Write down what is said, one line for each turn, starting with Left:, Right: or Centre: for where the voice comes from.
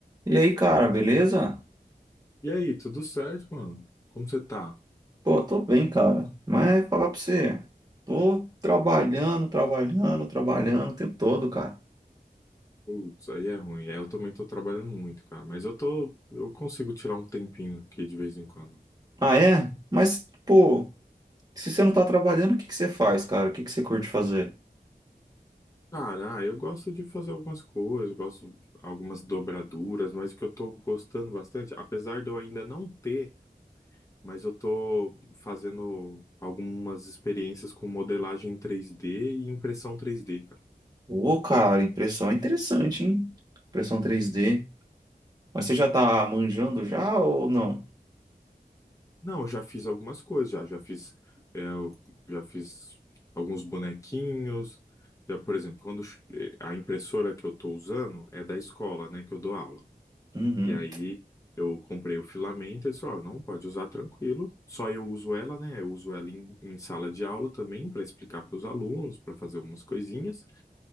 Right: E aí, cara, beleza?
Left: E aí, tudo certo, mano? Como você tá?
Right: Pô, tô bem, cara. Mas falar pra você, tô trabalhando, trabalhando, trabalhando o tempo todo, cara.
Left: Putz, aí é ruim. É, eu também tô trabalhando muito, cara. Mas eu tô, eu consigo tirar um tempinho aqui de vez em quando.
Right: Ah, é? Mas, pô, se você não tá trabalhando, o que que você faz, cara? O que que você curte fazer?
Left: Cara, ah, eu gosto de fazer algumas coisas, gosto de algumas dobraduras, mas o que eu tô gostando bastante, apesar de eu ainda não ter, mas eu tô fazendo algumas experiências com modelagem 3D e impressão 3D,
Right: Ô, cara, impressão é interessante, hein? Impressão três d Mas você já tá manjando já ou não?
Left: Não, eu já fiz algumas coisas, já, já fiz, é, eu já fiz alguns bonequinhos. Já, por exemplo, quando ch- eh, a impressora que eu estou usando é da escola, né, que eu dou aula.
Right: Uhum.
Left: E aí eu comprei o filamento, eles falaram, não, pode usar tranquilo. Só eu uso ela, né? Eu uso ela em, em sala de aula também para explicar para os alunos, para fazer algumas coisinhas.